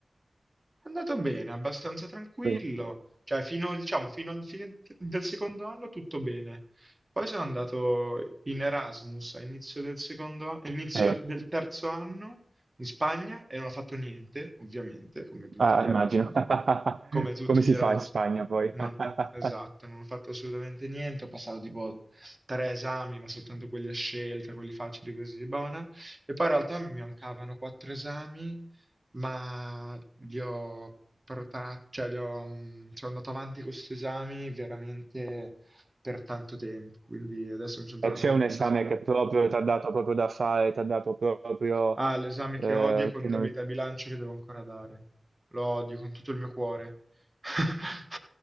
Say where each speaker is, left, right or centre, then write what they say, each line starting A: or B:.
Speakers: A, on the right; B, on the right.
A: È andato bene, abbastanza tranquillo,
B: Prego.
A: cioè fino, diciamo, fino al fine del secondo anno tutto bene. Poi sono andato in Erasmus all'inizio del secondo, all'inizio
B: Sì,
A: del terzo anno in Spagna e non ho fatto niente, ovviamente, come tutti
B: ah,
A: gli Erasmus.
B: immagino. <laughs>
A: Come tutti
B: Come si
A: gli Erasmus,
B: fa in Spagna poi?
A: non,
B: <laughs>
A: esatto, non ho fatto assolutamente niente, ho passato tipo tre esami, ma soltanto quelli a scelta, quelli facili così, buona. E poi in realtà mi mancavano quattro esami ma li ho portati, cioè li ho, mh, sono andato avanti con questi esami veramente per tanto tempo, quindi adesso mi sono
B: E
A: tornato...
B: c'è un esame
A: s-
B: che proprio ti ha dato proprio da fare, ti ha dato proprio
A: Ah, l'esame
B: eh,
A: che odio è contabilità
B: che non...
A: e bilancio che devo ancora dare. Lo odio con tutto il mio cuore. <laughs>